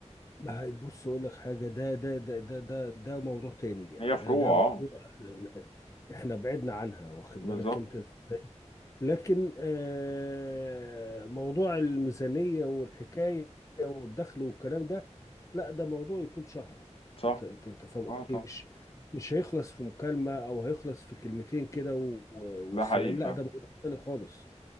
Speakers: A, on the left (about 25°); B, on the left (about 50°).
A: ما هي- بص اقول لك حاجه ده ده ده ده ده ده موضوع تاني يعني
B: هي
A: ده
B: فروع
A: ده موضوع
B: اه
A: آه، احنا بعدنا عنها واخد
B: بالظبط
A: بالك انت ازاي لكن آه، موضوع الميزانيه والحكايه والدخل والكلام ده لا ده موضوع يطول شرحه
B: صح
A: انت انت انت فاهم
B: اه
A: قصدي
B: طبعا
A: مش مش هيخلص في مكالمه او هيخلص في كلمتين كده و-
B: ده
A: والسلام
B: حقيقي فعلا
A: لا ده موضوع تاني خالص